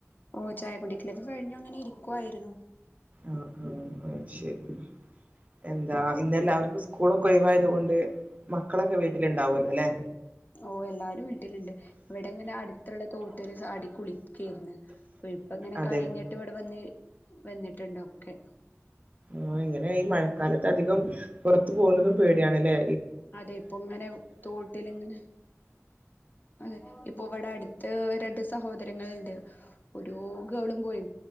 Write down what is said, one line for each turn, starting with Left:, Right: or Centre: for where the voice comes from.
Left: ഓ ചായപ്പൊടിക്കലൊക്കെ കഴിഞ്ഞു അങ്ങനെരിക്ക നക്കുവായിരുന്നു
Right: ആആആ ശരി എന്താ ഇന്നെല്ലാവർക്കും സ്കൂളൊക്കെ ഒഴവാ തു കൊണ്ട് മക്കളൊക്കെ വീട്ടിലുണ്ടാവുമല്ലോ അല്ലെ
Left: ഓ എല്ലാരും വീട്ടിലുണ്ട് ഇവിടെങ്ങനെ അടുത്തുള്ള തോട്ടില് ചാടി കുളിക്കായിരുന്നു അപ്പൊ ഇപ്പ ഇങ്ങനെ
Right: അതെ
Left: കഴിഞ്ഞിട്ട് ഇവിടെ വന്ന് വന്നിട്ടുണ്ടോ ക്കെ
Right: ആ ഇങ്ങനെ ഈ മഴക്കാലത്ത് അധികം പുറത്തു പോകുന്നതും പേടിയണല്ലേ
Left: അതെ ഇപ്പൊ ഇങ്ങനെ തോട്ടിലിങ്ങനെ അതെ ഇപ്പൊ ഇവിടെ അടുത്ത് രണ്ട് സഹോദരങ്ങളുണ്ട് ഒരു ഗേളുംബോയും